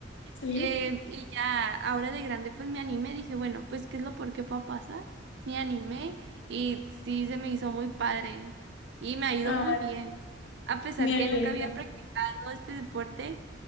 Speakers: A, on the left; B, on the right.
A: Sí.
B: Em, y ya, ahora de grande, pues me animé, dije, bueno, pues, ¿qué es lo peor que pueda pasar? Me animé y sí, se me hizo muy padre y me ha ido
A: Ay,
B: muy bien. A pesar
A: me
B: que
A: alegro.
B: nunca había practicado este deporte,